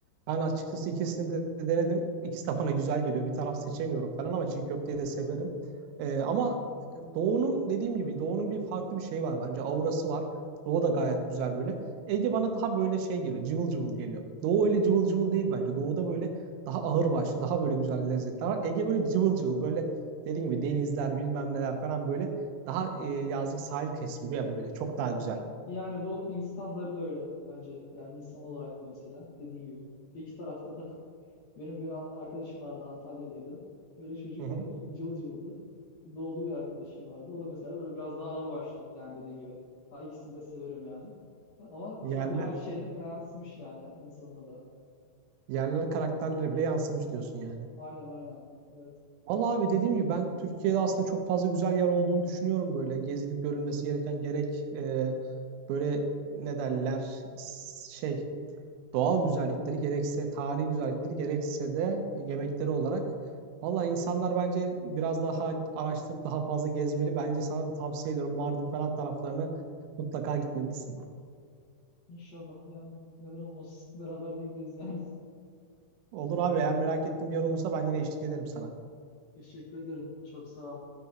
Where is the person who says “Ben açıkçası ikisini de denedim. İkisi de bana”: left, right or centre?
Right